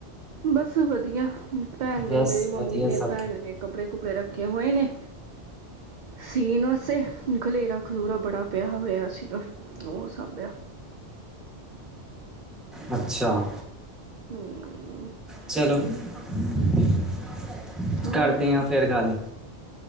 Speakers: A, on the right (about 55°); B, in the centre.
A: ਬਸ ਵਧੀਆ ਭੈਣ ਨੇ
B: ਬਸ
A: ਮੇਰੀ ਮੰਮੀ
B: ਵਧੀਆ
A: ਨੇ
B: ਸਭ
A: ਭੈਣ ਨੇ ਕੱਪੜੇ <inaudible> ਕਿਓੰ- ਇਹਨੇ ਸੀਨੋ ਸੇ ਖਲੇਰਾ ਖਲੋਰਾ ਬੜਾ ਪਿਆ ਹੋਇਆ ਸਿਗਾ ਤੋ ਓ ਸਾਂਭਿਆ
B: ਅੱਛਾ
A: ਹਮ
B: ਚਲੋ <unintelligible>
A: ਹੋਰ
B: ਕਰਦੇ ਆਂ ਫਿਰ ਗੱਲ